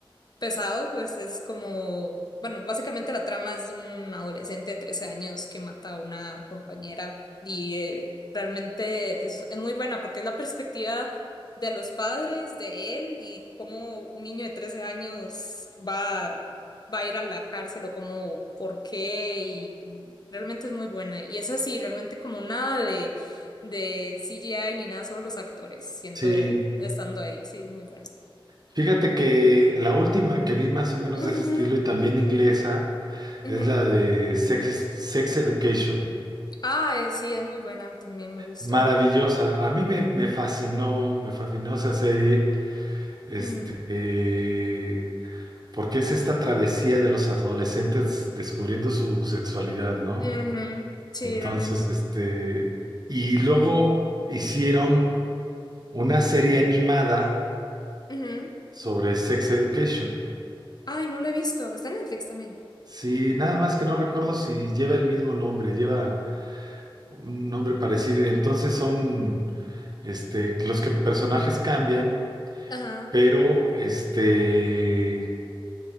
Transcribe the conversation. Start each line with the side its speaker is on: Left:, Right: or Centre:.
Left: pesado, pues es como, bueno, básicamente la trama es de un adolescente de 13 años que mata a una compañera y eh, realmente es, es muy buena porque es la perspectiva de los padres, de él y cómo un niño de 13 años va, va a ir a la cárcel o cómo, por qué y, y realmente es muy buena. Y es así, realmente como nada de, de CGI ni nada, solo los actores siendo,
Right: Sí.
Left: estando ahí, sí, es muy buena.
Right: Fíjate que la última que vi más o menos de
Left: Ujú,
Right: ese estilo y también inglesa
Left: ujú.
Right: es la de Sex, Sex Education.
Left: Ah, eh, sí, es muy buena, también me gustó.
Right: Maravillosa. A mí me, me fascinó, me fascinó esa serie, este,
Left: Ujú.
Right: eh, porque es esta travesía de los adolescentes descubriendo su sexualidad, ¿no?
Left: Ujú. Sí,
Right: Entonces,
Left: realmente.
Right: este, y luego hicieron una serie animada
Left: Ujú.
Right: sobre Sex Education.
Left: Ay, no lo he visto, está en Netflix también.
Right: Sí, nada más que no recuerdo si lleva el mismo nombre, lleva un nombre parecido y entonces son este, los que personajes cambian,
Left: Ajá,
Right: pero este,